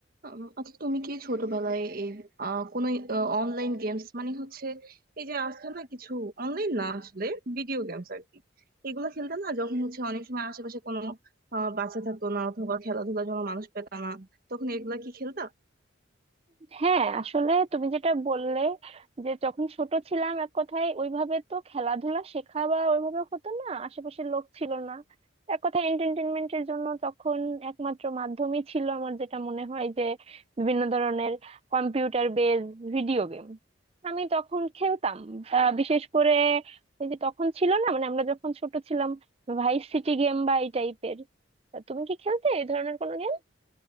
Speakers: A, on the right; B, on the right.
A: আম, আচ্ছা তুমি কি ছোটবেলায় এই আহ, কোনো অনলাইন গেমস মানে হচ্ছে এই যে আছে না কিছু অনলাইন না আসলে ভিডিও গেমস আর কি এগুলো খেলতে না যখন হচ্ছে অনেক সময় আশেপাশে কোনো আহ, বাচ্চা থাকতো না অথবা খেলাধুলার জন্য মানুষ পেত না তখন এগুলা কি খেলতা
B: হ্যাঁ আসলে তুমি যেটা বললে যে যখন ছোট ছিলাম এক কথায় ওইভাবে তো খেলাধুলা শেখা বা ওইভাবে হতো না আশেপাশের লোক ছিল না এক কথায় এন্টারটেনমেন্টের জন্য তখন একমাত্র মাধ্যমই ছিল আমার যেটা মনে হয় যে বিভিন্ন ধরনের কম্পিউটার বেজ ভিডিও গেম আমি তখন খেলতাম আহ, বিশেষ করে ওই যে তখন ছিল না মানে আমরা যখন ছোট ছিলাম ভাইস সিটি গেম বা এই টাইপের তুমি কি খেলতে এই ধরনের কোনো গেম